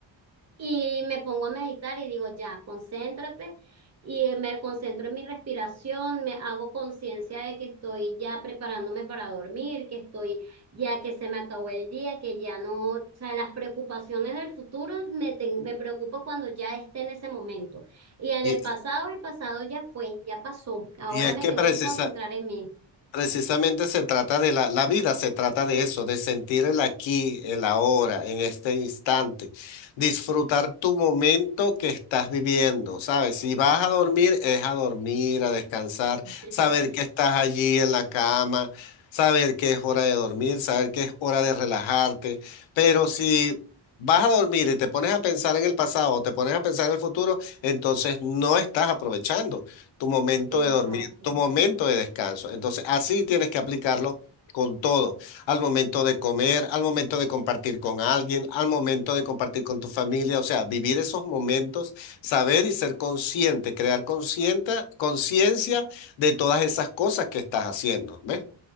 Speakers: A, on the right; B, on the left.
A: y me pongo a meditar y digo, ya, concéntrate. Y eh, me concentro en mi respiración, me hago conciencia de que estoy ya preparándome para dormir, que estoy ya que se me acabó el día, que ya no, o sea, las preocupaciones del futuro me, ten- me preocupo cuando ya esté en ese momento. Y en
B: Y,
A: el pasado, el pasado ya fue, ya pasó. Ahora
B: y es
A: me
B: que
A: tengo
B: precisa,
A: que concentrar en mí.
B: Precisamente se trata de la, la vida, se trata de eso, de sentir el aquí, el ahora, en este instante, disfrutar tu momento que estás viviendo, ¿sabes? Si vas a dormir, es a dormir, a descansar,
A: <laughs>
B: saber que estás allí en la cama, saber que es hora de dormir, saber que es hora de relajarte, pero si vas a dormir y te pones a pensar en el pasado o te pones a pensar en el futuro, entonces no estás aprovechando tu momento
A: Exacto,
B: de dormir, tu momento de descanso. Entonces, así tienes que aplicarlo con todo, al momento de comer, al momento de compartir con alguien, al momento de compartir con tu familia, o sea, vivir esos momentos, saber y ser consciente, crear consciente, conciencia de todas esas cosas que estás haciendo, ¿ves?